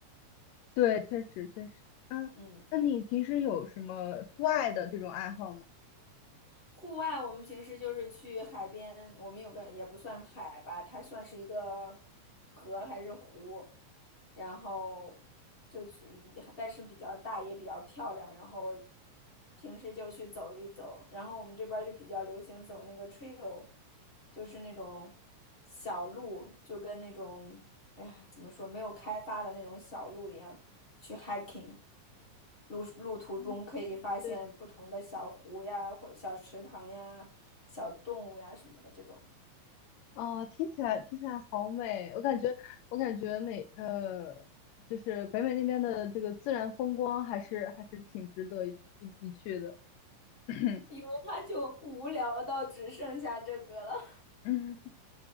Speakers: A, on the left (about 90°); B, on the left (about 20°).
A: 对，确实确实，嗯，
B: 嗯。
A: 那你平时有什么户外的这种爱好吗？
B: 户外我们平时就是去海边，我们有个也不算海吧，它算是一个河还是湖，然后就去，但是比较大也比较漂亮，然后平时就去走一走，然后我们这边儿就比较流行走那个 trail，就是那种小路，就跟那种哎呀怎么说没有开发的那种小路一样。去 hiking，路路途中可以发现不同的小湖呀，
A: 嗯，对，
B: 或者小池塘呀、小动物呀什么的这种。
A: 啊，听起来听起来好美，我感觉我感觉美，呃，就是北美那边的这个自然风光还是还是挺值得一一一去的。<clears throat>
B: 因为他就无聊到只剩下这个了。<laughs>
A: 嗯